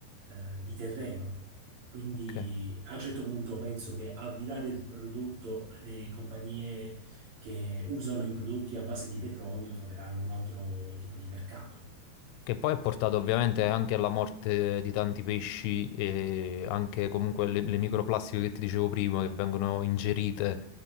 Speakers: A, on the right (about 85°); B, on the left (about 90°).
A: eh, di terreno. Quindi
B: Ok.
A: a un certo punto penso che al di là del prodotto, le compagnie che usano i prodotti a base di petrolio troveranno un altro tipo di mercato.
B: Che poi ha portato ovviamente anche alla morte di tanti pesci e anche comunque le, le microplastiche che ti dicevo prima che vengono ingerite